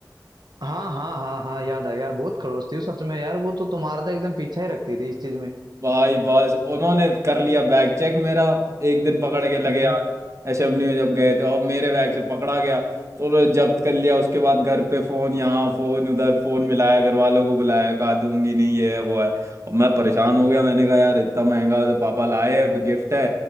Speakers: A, on the right (about 65°); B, on the right (about 40°).
A: हाँ हाँ हाँ हाँ याद आ गया यार बहुत खड़ूस थी वो सच में यार वो तो तुम्हारा तो एकदम पीछा ही रखती थी इस चीज में
B: भाई बस उन्होंने कर लिया बैग चेक मेरा एक दिन पकड़ के लगे
A: हम्म
B: यार एसएमडी में जब गए थे और मेरे बैग से पकड़ा गया तो उन्होंने जब्त कर लिया उसके बाद घर पे फोन यहाँ फोन उधर फोन मिलाया घर वालों को बुलाया कहा दूंगी नहीं ये है वो है और मैं परेशान हो गया मैंने कहा यार इतना महंगा उसे पापा लाए हैं गिफ्ट है